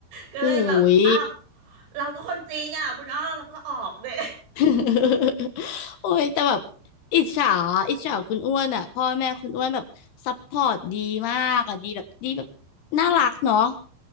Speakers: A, on the right; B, on the left.
A: ก็เลยแบบอ้าว
B: อุ้ย
A: เราก็คนจริงอ่ะคุณอ้อเราก็ออกเด้
B: <laughs> โอ้ยแต่แบบอิจฉาอิจฉาคุณอ้วนอ่ะพ่อแม่คุณอ้วนแบบซัพพอร์ตดีมากอ่ะดีแบบดีแบบน่ารักเนาะ